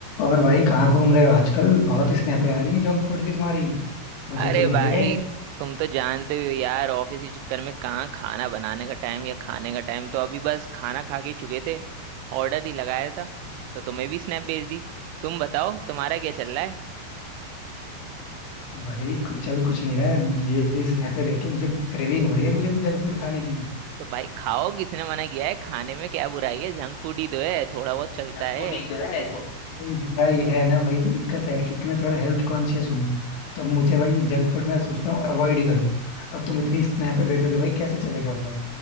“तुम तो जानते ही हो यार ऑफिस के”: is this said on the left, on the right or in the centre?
Right